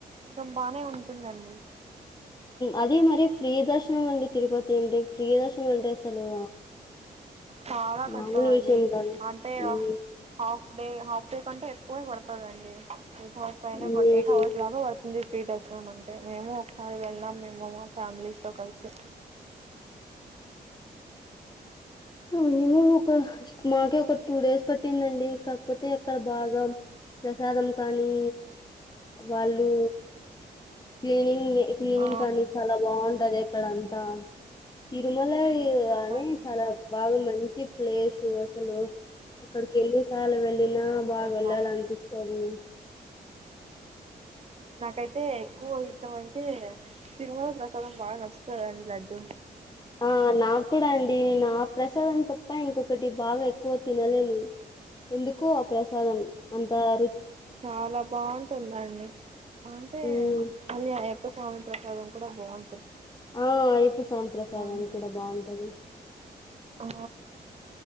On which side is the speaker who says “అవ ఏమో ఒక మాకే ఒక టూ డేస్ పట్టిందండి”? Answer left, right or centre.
Left